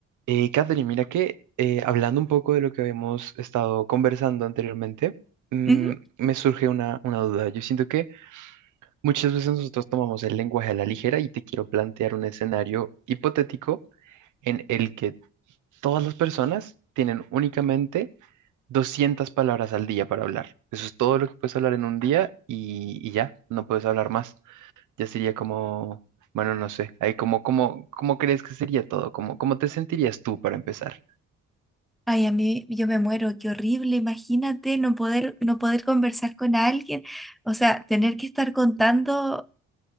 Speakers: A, on the right; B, in the centre.
A: Eh, Catherine, mira que eh, hablando un poco de lo que habíamos estado conversando anteriormente, mm,
B: Ujú.
A: me surge una, una duda. Yo siento que muchas veces nosotros tomamos el lenguaje a la ligera y te quiero plantear un escenario hipotético en el que todas las personas tienen únicamente 200 palabras al día para hablar. Eso es todo lo que puedes hablar en un día y, y ya, no puedes hablar más. Ya sería como, bueno, no sé, ahí como, como, ¿cómo crees que sería todo? ¿Cómo, cómo te sentirías tú para empezar?
B: Ay, a mí yo me muero, qué horrible, imagínate no poder, no poder conversar con alguien, o sea, tener que estar contando,